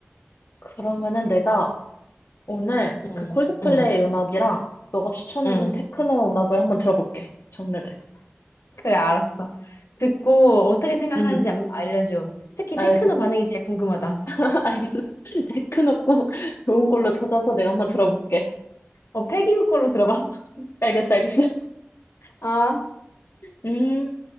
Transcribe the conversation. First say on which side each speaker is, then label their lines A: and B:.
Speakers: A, on the left; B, on the left.
A: 그러면은 내가 오늘
B: 응,
A: 그 콜드플레이
B: 응,
A: 음악이랑 너가 추천해준
B: 응.
A: 테크노 음악을 한번 들어볼게, 장르를.
B: 그래, 알았어. 듣고 어떻게 생각하는지
A: 응.
B: 안- 알려줘. 특히
A: 알겠어.
B: 테크노 반응이 제일 궁금하다.
A: <laughs> 알겠어. 데크노 꼭 좋은 걸로 찾아서 내가 한번 들어볼게.
B: 어, 패기국 걸로 들어봐. <laughs>
A: 알겠어, 알겠어.
B: 아.
A: 음.